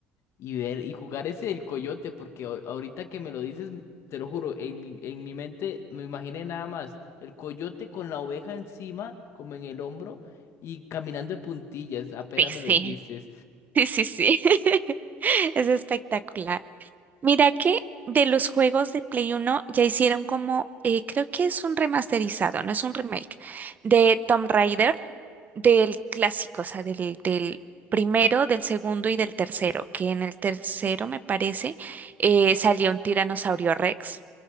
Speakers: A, on the left; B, on the right.
A: y ver y jugar ese del coyote, porque ahor- ahorita que me lo dices, te lo juro, en mi, en mi mente me imaginé nada más el coyote con la oveja encima, como en el hombro, y caminando de puntillas, apenas
B: Sí,
A: me lo dijiste.
B: sí, sí, sí, sí. <laughs> Es espectacular. Mira que de los juegos de Play Uno ya hicieron como, eh, creo que es un remasterizado, no es un remake, de Tomb Raider, del clásico, o sea, del, del primero, del segundo y del tercero, que en el tercero, me parece, eh, salió un tiranosaurio Rex.